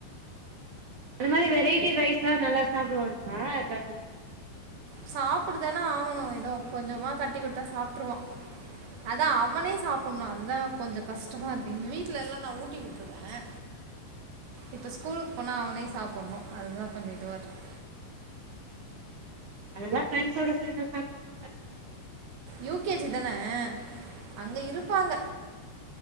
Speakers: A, on the right (about 50°); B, on the right (about 70°).
A: அந்த மாறி வெரைட்டி ரைஸ்லா நல்லா சாப்டுவாங்ளா <unintelligible>
B: சாப்புட்டுதானே ஆகணு ஏதோ கொஞ்சமா கட்டி குடுத்தா சாப்ட்ருவா அத்தா அவனே சாப்புட்ணு அது தா கொஞ்சோ கஷ்டமா இருக்கும் இங்க வீட்ல எல்லா நா ஊட்டி விட்ருவே அ இப்ப ஸ்கூலுக்கு போனா அவனே சாப்புட்ணு அதுதா கொஞ்சோ இதுவா இருக் <unintelligible>
A: அதெல்லா ஃப்ரெண்ட்ஸ் சோட சேந்து சாப்டுவாங்க
B: யூ கே ஜி தானே அங்க இருப்பாங்க